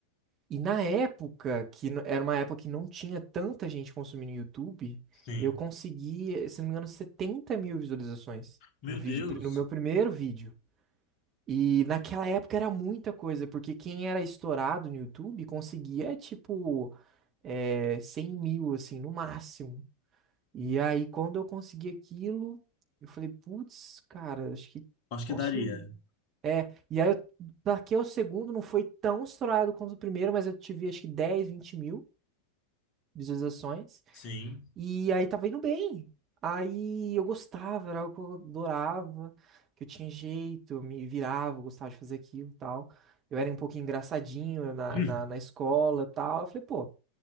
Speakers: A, on the right; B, on the left.
A: E na época, que n- era uma época que não tinha tanta gente consumindo YouTube,
B: sim.
A: eu consegui, se não me engano, 70 mil visualizações
B: Meu
A: no vídeo,
B: Deus,
A: pri- no meu primeiro vídeo. E naquela época era muita coisa, porque quem era estourado no YouTube conseguia, tipo, é, 100 mil, assim, no máximo. E aí, quando eu consegui aquilo, eu falei, putz, cara, acho que
B: acho
A: posso.
B: que daria.
A: É, e aí, eu taquei o segundo, não foi tão estourado quanto o primeiro, mas eu tive, acho que 10 20 mil visualizações.
B: Sim.
A: E aí tava indo bem. Aí eu gostava, era algo que eu adorava, que eu tinha jeito, eu me virava, eu gostava de fazer aquilo e tal. Eu era um pouco engraçadinho na,
B: <clears throat>
A: na, na escola e tal. Eu falei, pô,